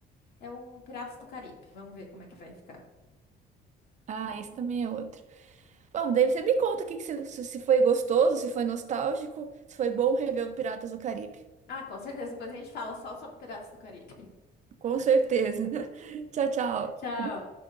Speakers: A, on the left; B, on the right.
A: é o Piratas do Caribe. Vamos ver como é que vai ficar.
B: Ah, esse também é outro. Bom, daí você me conta o que que se, se se foi gostoso, se foi nostálgico, se foi bom rever o Piratas do Caribe.
A: Ah, com certeza. Depois a gente fala só sobre Piratas do Caribe.
B: Com certeza. <laughs> Tchau, tchau.
A: Tchau.